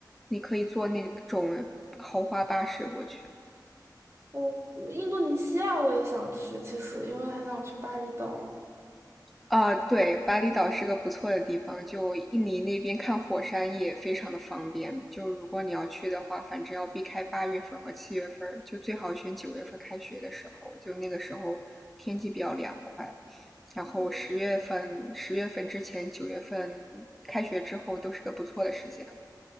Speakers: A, in the centre; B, on the right.
A: 你可以坐那种豪华巴士过去。
B: 我我印度尼西亚我也想去，其实因为很想去巴厘岛。
A: 啊，对，巴厘岛是个不错的地方，就印尼那边看火山也非常的方便。就如果你要去的话，反正要避开八月份和七月份，就最好选九月份开学的时候，就那个时候天气比较凉快。然后十月份，
B: 嗯。
A: 十月份之前，九月份开学之后都是个不错的时间。